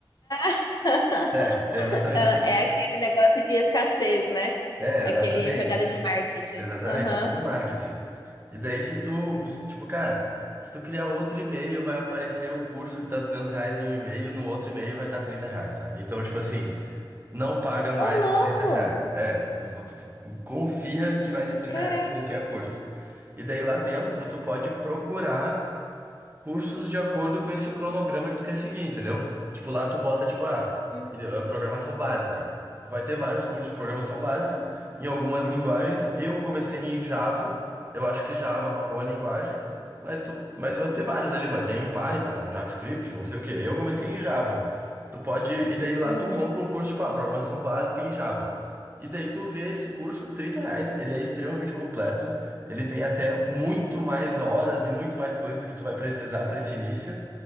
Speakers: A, on the left (about 50°); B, on the right (about 25°).
A: <laughs>
B: É, exatamente.
A: Ah,
B: isso.
A: É aquele negócio de escassez, né?
B: É,
A: Aquele
B: exatamente.
A: jogada de marketing.
B: Exatamente,
A: Aham.
B: é tudo marketing. E daí se tu, tipo, cara, se tu criar outro e-mail, vai aparecer o curso que tá 200 reais em um e-mail, no outro e-mail vai estar tá 30 reais, sabe? Então, tipo assim, não paga mais
A: Ô, louco!
B: de 30 reais. É, v- confia que vai ser trinta
A: Caraca!
B: reais qualquer curso. E daí lá dentro, tu pode procurar cursos de acordo com esse cronograma que tu quer seguir, entendeu? Tipo, lá tu bota, tipo, ah,
A: Uhum,
B: e- ah, programação básica. Vai ter vários cursos de programação básica em algumas linguagens. Eu comecei em Java, eu acho que Java é uma boa linguagem, mas tu, mas vai ter vários ali, vai ter em Python, JavaScript, não sei o quê. Eu comecei em Java. Tu pode, e daí lá
A: uhum,
B: tu compra um curso, tipo, ah, programação básica em Java. E daí tu vê esse curso, 30 reais, ele é extremamente completo, ele tem até muito mais horas e muito mais coisas do que tu vai precisar para esse início.